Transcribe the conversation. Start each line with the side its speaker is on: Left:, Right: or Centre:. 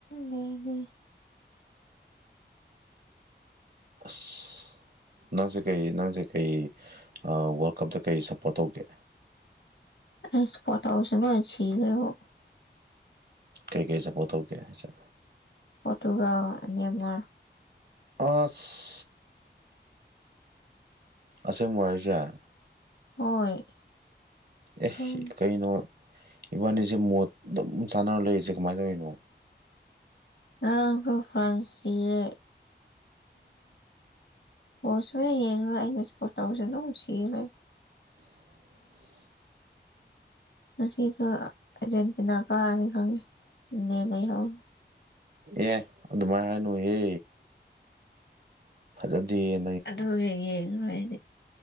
Left: ꯂꯩꯅꯦ
Right: ꯑꯁ ꯅꯪꯁꯦ ꯀꯩ ꯅꯪꯁꯦ ꯀꯩ ꯑꯥ ꯋꯥꯔꯜ ꯀꯞꯇ ꯀꯩ ꯁꯞꯄꯣꯔꯠ ꯇꯧꯒꯦ
Left: ꯑꯩ ꯁꯄꫭꯔꯠ ꯇꯧꯕꯁꯤ ꯂꫭꯏ ꯁꯤꯒꯔ‌ꯦꯕꫭ
Right: ꯀꯩꯀꯩ ꯁꯄꫭꯔꯠ ꯇꯧꯒ‌ꯦ ꯍꯥꯏꯁꯦ
Left: ꯑꯗꯨꯒꯥ ꯅ‌ꯦꯃꯥꯔ
Right: ꯑꯁ ꯑꯁꯦꯡꯕꯔꫭ ꯍꯥꯏꯁ‌ꯦ
Left: ꯍꯣꯏ
Right: ꯑꯦ
Left: ꯁꯤꯡ
Right: ꯀꯩꯅꯣ ꯏꯕꯥꯅꯤꯁꯦ ꯃꯣꯠ ꯑꯗꯨꯝ ꯆꯥꯟꯅꯔ ꯂꯩꯔꯤꯁꯦ ꯀꯃꯥꯏꯅ ꯇꯧꯔꯤꯅꯣ
Left: ꯉꯔꯥꯡꯁꯨ ꯐ꯭ꯔꯥꯟꯁ ꯁꯤꯔ‌ꯦ ꯕꯣꯜ ꯁꯨꯡ ꯌꯦꯡ ꯌ‌ꯦꯡꯉꯔꫭꯏ ꯑꯩꯅ ꯁꯄꯣꯔꯠꯇꯧꯕꯁ‌ꯦ ꯑꯗꯨꯝ ꯁꯤ ꯂꯩ
Right: <inaudible>
Left: ꯉꯁꯤꯒ ꯑꯔꯖꯦꯟꯇꯤꯅꯥ ꯀꯥꯔꯅꯤ ꯈꯪꯉꯦ ꯏꯤꯡꯂ‌ꯦꯟ ꯂꯩꯍꯧꯅꯤ
Right: ꯑꯦ ꯑꯗꯨꯃꯥꯏꯅ ꯍꯥꯏꯅꯨꯍꯦ ꯐꯖꯗ‌ꯦꯍ‌ꯦ
Left: ꯑꯗꯨꯒꯤ ꯌꯦꯡꯉꯣꯏ ꯑꯩꯗꯤ